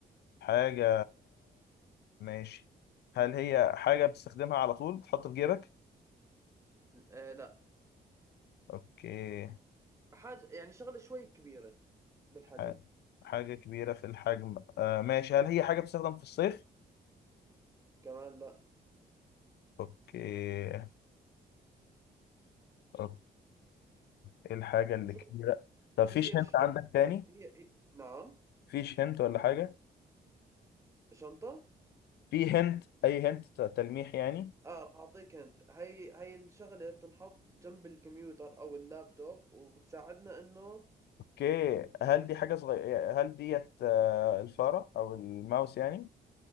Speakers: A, on the left; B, on the right.
A: حاجة ماشي هل هي حاجة بتستخدمها على طول تحط في جيبك
B: آه لا
A: اوكي
B: حاجة يعني شغلة شوي كبيرة بالحجم
A: ح- حاجة كبيرة في الحجم آه ماشي هل هي حاجة بتستخدم في الصيف
B: كمان لا
A: اوكي اوكي ايه الحاجة اللي
B: شو
A: كبيرة طب فيش
B: هي الشغلة
A: هنت عندك تاني
B: هي هي- نعم
A: فيش هنت ولا حاجة
B: شنطة
A: في هنت اي هنت ت- تلميح يعني
B: اه رح اعطيك انت هي هي الشغلة بتنحط جنب الكمبيوتر او اللابتوب وبتساعدنا انه
A: اوكي هل دي حاجة صغيرة هل ديت آه، الفارة او الماوس يعني